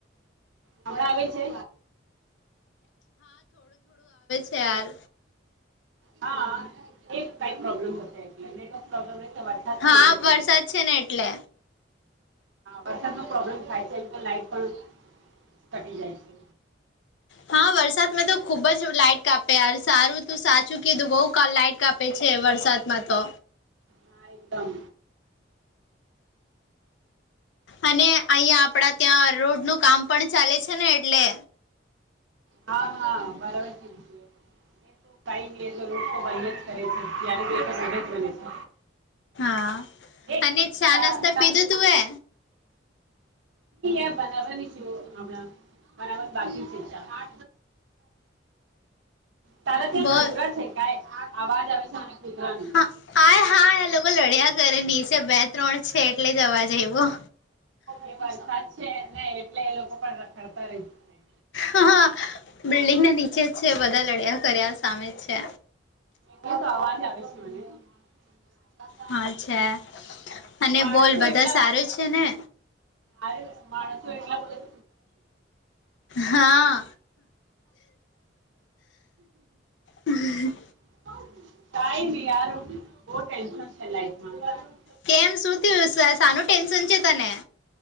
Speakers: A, on the right (about 75°); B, on the left (about 70°).
A: ણા આવે છે
B: તાર
A: હા એક કો એલે નેટવર્ પ્રોબ્લેમ રહે વરસાદ
B: હા
A: છે ને એટલે
B: વરસાદ છે ને એટલે
A: વરસાદ ન પ્રોબ્લેમ થાય છે એમ તો લાાઈટ પણ ઘટી જાય છે.
B: હા. વરસાદમાં તો ખુબ જ લાઈઇટ કાપે સારું ત સાચું કીધું બઉ લાઈટ કાપે છે વરસાદ. મહત્મા તો
A: હા એકદમ
B: અને અહિયાં આપડા ત્યાં રોડ નું કામ પણ ચાલે છે ને એટલે
A: હા હા બરાવય છે રી એ તો કઈ ન એટ રોજ તો અહયા જ કરે છે જ્યારેે બને છે.
B: હા
A: એ
B: અને છા
A: તા
B: નાસ્તા
A: તા
B: પીધું તું એ
A: એ બનાારની શ હળ બરાબ બાકી છે ચ આ તારેા ત્યાં
B: બોલ
A: નગર છે ક આ અવાજ આવે છે કૂતરાની
B: હા આ હા આ લોકો લડ્યા કરે નીચે બે ત્રણ છે એટલે જવા જવું
A: હ વરસાદ છે નને એટલે એ લોકો પણ રખડતા રહી જાય
B: હા બિલ્ડિંગ ના નીચે જ છે બધા લડયા કર્યા સામે જ છે
A: હું તો અવાજ આવેશું મને
B: હા છે અને
A: માણસો
B: બોલ બધા
A: એટલા
B: સારું છે ને
A: આરે માણસ વટ
B: હા હ
A: ટમાર છે લમાં
B: કેમ સુું થયું સાનું ટેન્શન છે તને